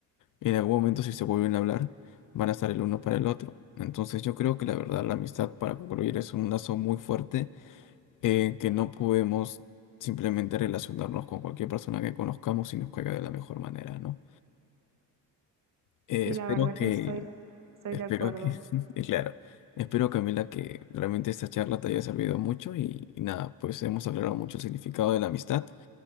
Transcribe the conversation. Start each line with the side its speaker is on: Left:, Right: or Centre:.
Left: en algún momento si se vuelven a hablar, van a estar el uno para el otro. Entonces yo creo que la verdad la amistad para concluir es un lazo muy fuerte eh, que no podemos simplemente relacionarnos con cualquier persona que conozcamos y nos caiga de la mejor manera, ¿no? Eh,
Right: Sí,
Left: espero
Right: la verdad
Left: que,
Right: que estoy, estoy
Left: espero
Right: de acuerdo.
Left: que, <laughs> y claro, espero Camila que realmente esta charla te haya servido mucho y, y nada, pues hemos aclarado mucho el significado de la amistad